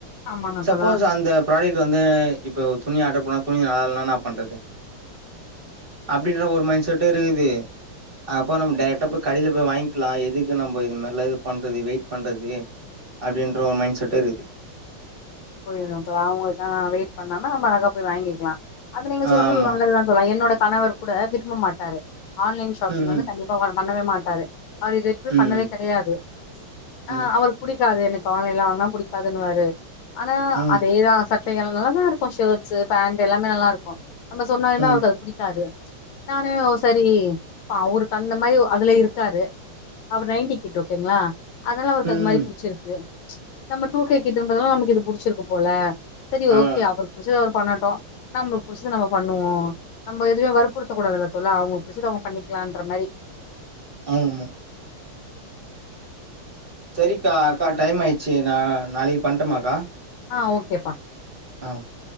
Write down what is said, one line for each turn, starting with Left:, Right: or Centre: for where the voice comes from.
Left: ஆமாங்க
Right: சப்போஸ்
Left: தோழா
Right: அந்த புராடெக்ட்டு வந்து இப்போ துணி ஆட்ரு போனா துணி நலால்னா என்னாப் பண்றது அப்டின்ற ஒரு மைண்ட் செட்டு இருக்குது அப்ப நம் டைரெக்டா போய் கடைல போய் வாங்க்கிலா எதுக்கு நம்ப இது மார்லா இது பண்றது வெயிட் பண்றது அப்டின்ற ஒரு மைண்ட் செட்டு இருக்குது
Left: புரியிதுங் தோழா அவுங்களுக்காக வெயிட் பண்ணாம நம்ம அழகா போய் வாங்கிக்லா அது நீங்க சொல்றது
Right: ஆமா
Left: நல்லதுதா தோழா என்னோட கணவர் கூட விரும்ப மாட்டாரு ஆன்லைன் ஷாப்பிங்
Right: ம்
Left: வந்து கண்டிப்பா வர பண்ணவே மாட்டாரு அவர் இது வரைக்கு
Right: ம்
Left: பண்ணதே கெடையாது ஆ
Right: ம்
Left: அவர் புடி க்காது எனக் ஆன்லைன்ல வாங்னா புடிக்காதுன்னுவாரு ஆனா
Right: ம்
Left: அதேதா சட் டைகள் நல்லாதா இருக்கு ஷர்ட்ஸு பேண்ட் எல்லாமே நல்லா இருக்கு நம்ம சொன்னாலுமே
Right: ம்
Left: அவருக்கு அது புடிக்காது நானு சரி அவருக்கு அந்த மாரி அதுல இருக்காரு அவரு நைன்டி கிட்டு ஓகேங்களா அதல்லா அவருக்கு
Right: ம்
Left: அது மாரி புடிச்சிருக்கு நம்ம டூ கே கிட்டுன்றதுனால நமக்கிது புடுச்சுருக்கு போல செரி
Right: ஆமா ஆமா
Left: ஓகே அவருக் புடுச்சத அவரு பண்ணட்டு நம்மளுக் புடிச்சது நம்ம பண்ணுவோ நம்ம எதுவ்மே வற்புடுத்தக் கூடாதுல்ல தோழா அவுங்களுக் புடிச்சது அவுங்க பண்ணிக்கலான்ற மாரி
Right: ஆமாமா செரிக்கா அக்கா டைம் ஆயிட்ச்சு நா நாளைகு பண்ட்டுமாக்கா
Left: ஆ ஓகேப்பா
Right: ஆ ஓகே